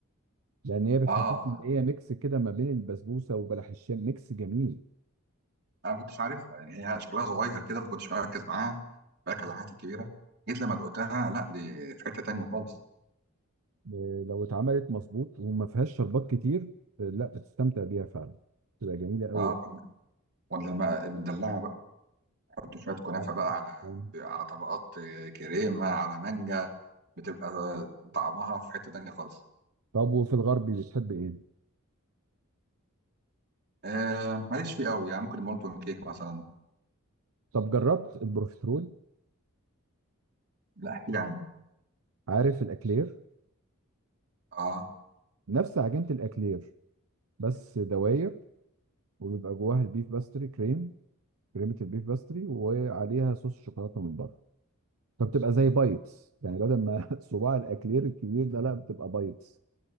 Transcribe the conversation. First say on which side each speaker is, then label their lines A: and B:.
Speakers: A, on the right; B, on the right.
A: لأن هي بتحسسني
B: اه
A: إن هي ميكس كده ما بين البسبوسة وبلح الشام ميكس جميل
B: انا ما كنتش عارفها يعني هي شكلها صغير كده ما كنتش مركز معاها مركز على الحاجات الكبيره جيت لما دقتها لا دي في حته تانية خالص
A: آه، لو اتعملت مظبوط وما فيهاش شربات كتير آه، لا بتستمتع بيها فعلا تبقى جميلة أوي
B: اه وال- ولا لما مدلعه بقى حط شويه كنافه
A: آه،
B: بقى على
A: آه.
B: على طبقات آه، كريمه على مانجا بتبقى طعمها في حته تانية خالص
A: طب وفي الغربي بتحب إيه؟
B: آه ماليش فيه قوي يعني ممكن المولتون كيك مثلا
A: طب جربت البروفيترول
B: لا احكي لي عنه
A: عارف الأكلير
B: اه
A: نفس عجينة الأكلير بس دواير وبيبقى جواها البيف باستري كريم كريمه البيف باستري وعليها صوص شوكولاته من بره فبتبقى زي بايتس يعني بدل ما <laughs> صباع الاكلير الكبير ده لا بتبقى بايتس